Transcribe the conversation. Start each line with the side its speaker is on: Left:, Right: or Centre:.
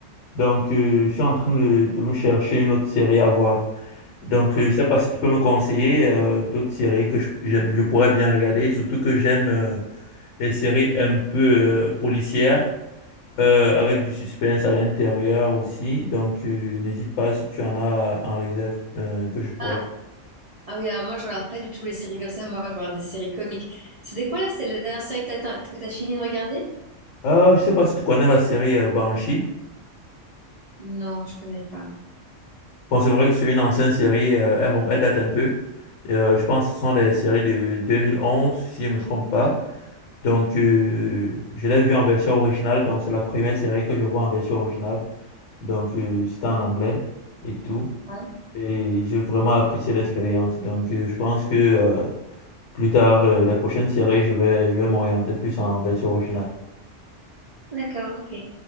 Left: Donc, euh, je suis en train de, de me chercher une autre série à voir. Donc,
Right: d'accord.
Left: euh, je sais pas si tu peux me conseiller euh, d'autres séries que je, j'aime, je pourrais bien regarder. Surtout que j'aime euh, les séries un peu euh, policières. euh, avec du suspense à l'intérieur aussi. Donc, euh, n'hésite pas si tu en as en réserve euh, que je pourrais.
Right: Ah, ah oui, alors moi, je regarde pas du tout les séries comme ça. Moi, je regarde des séries comiques. C'était quoi là? C'est la dernière série que t'as, que t'as fini de regarder?
Left: Ah, je sais pas si tu connais la série euh, Banshee.
Right: Non, je connais pas.
Left: Bon, c'est vrai que c'est une ancienne série, euh, elle, rem- elle date un peu. Euh, je pense que ce sont des séries de 2011, si je ne me trompe pas. Donc, euh, je l'ai vue en version originale. Donc, c'est la première série que je vois en version originale. Donc, euh, c'était en anglais et tout.
Right: Ouais.
Left: Et j'ai vraiment apprécié l'expérience. Donc, euh, je pense que... euh, Plus tard, euh, les prochaines séries, je vais, je vais m'orienter plus en version originale.
Right: D'accord, ok.